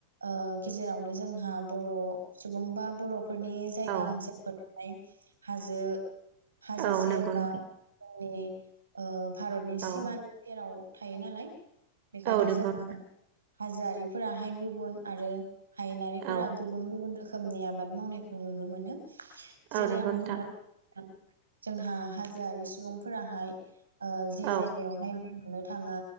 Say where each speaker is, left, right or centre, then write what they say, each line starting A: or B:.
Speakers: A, on the right; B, on the right.
A: ओ गेजेरावनो जोंहा बर' सुबुं बा बर' फोरनि जायगा
B: औ
A: ओनसोलफोर आमफ्राय हाजो हाजो
B: औ
A: सेर
B: नंगौ
A: बा
B: नोंथां
A: जोंनि ओ भारतनि सिमानि
B: औ
A: सेराव थायो नालाय। बेखायनो
B: औ नंगौ
A: जोङो
B: नोंथां
A: हाजोआरिफोराहाय गुबु न आरो हायेनारिफोरा
B: औ
A: गुबुन गुबुन रोखोमनि आबाद मावनायखौ नुनो मोनो। जेरै
B: औ नंगौ
A: आं
B: नोंथां
A: बुंनो लुबैदों जोंहा हाजोआरि सुबुंफोराहाय ओ जे
B: औ
A: जायगायावहाय मोननो थाङा